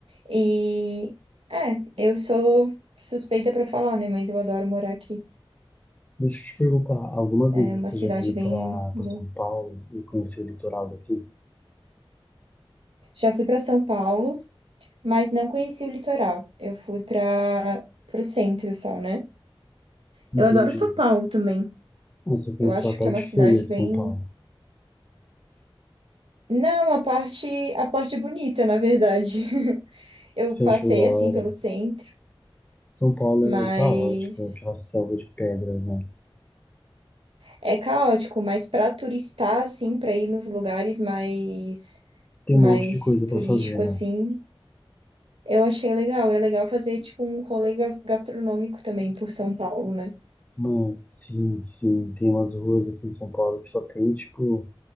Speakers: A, on the right; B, on the left.
A: E é, eu sou suspeita para falar, né? Mas eu adoro morar aqui.
B: Deixa eu te perguntar, alguma
A: É
B: vez
A: uma
B: você
A: cidade
B: já veio
A: bem.
B: pra,
A: boa.
B: pra São Paulo e conheceu o litoral daqui?
A: Já fui para São Paulo, mas não conheci o litoral. Eu fui para o centro só, né?
B: Entendi.
A: Eu adoro São Paulo também.
B: Você conheceu
A: Eu acho
B: a parte
A: que é uma cidade
B: feia de
A: bem.
B: São Paulo.
A: Não, a parte, a parte bonita, na verdade. <laughs> Eu
B: Você
A: passei
B: achou da hora?
A: assim pelo centro,
B: São Paulo
A: mas
B: é caótico, é aquela selva de pedras, né?
A: é caótico, mas para turistar assim, para ir nos lugares mais
B: Tem
A: mais
B: um monte de coisa
A: turístico
B: pra fazer, né?
A: assim, eu achei legal. É legal fazer tipo um rolê gas- gastronômico também por São Paulo, né?
B: Mano, sim, sim. Tem umas ruas aqui em São Paulo que só tem, tipo,